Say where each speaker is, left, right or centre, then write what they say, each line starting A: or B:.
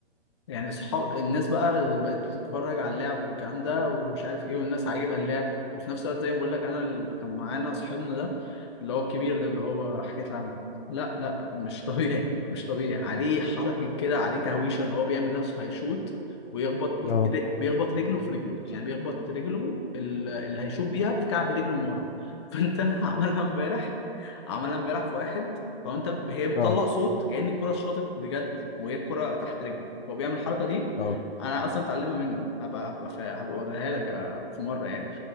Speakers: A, on the left; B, on the left.
A: يعني صحاب الناس بقى بقت بتتفرج على اللعب والكلام ده ومش عارف ايه والناس عاجبها اللعب وفي نفس الوقت زي ما بقول لك انا اللي كان معانا صاحبنا ده اللي هو الكبير ده اللي هو حكيت عنه لا لا مش طبيعي مش طبيعي عليه حركة كده عليه تهويشة اللي هو بيعمل نفسه هيشوط ويخبط
B: اه
A: إيديه- بيخبط رجله في رجله يعني بيخبط رجله ال- اللي هيشوط بيها في كعب رجله من ورا <laughs> فانت عملها امبارح عملها امبارح في واحد فانت ب- هي بتطلع
B: اه
A: صوت كأن الكرة اتشاطت بجد وهي الكرة تحت رجلي هو بيعمل الحركة دي
B: اه
A: انا اصلا اتعلمها منه هبقى هبقى فا- هبقى اوريها لك آه، في مرة يعني